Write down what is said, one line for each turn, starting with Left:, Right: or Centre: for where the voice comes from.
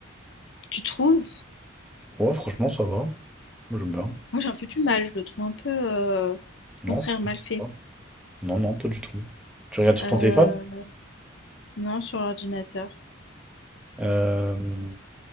Left: Tu trouves?
Centre: Ouais, franchement, ça va. Moi, j'aime bien.
Left: Moi j'ai un peu du mal, je le trouve un peu euh,
Centre: Non,
Left: contraire
Centre: franchement,
Left: mal
Centre: ça
Left: fait.
Centre: va. Non, non, pas du tout. Tu regardes sur
Left: Euh,
Centre: ton téléphone?
Left: non, sur l'ordinateur.
Centre: Euh,